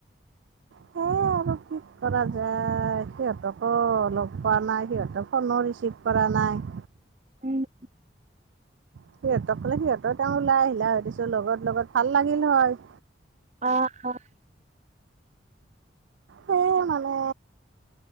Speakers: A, on the right; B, on the right.
A: সেই আৰু কি কৰা যায়, সিহঁতকো লগ পোৱা নাই। সিহঁতেক ফোনো ৰিচিভ কৰা নাই।
B: উম '।
A: সিহঁতক কলে সিহঁতেৰ তেওঁ ওলাই আহিলা হয়। দিছো লগত লগত ভাল লাগিল হয়।
B: অ, অ'।
A: স মানে।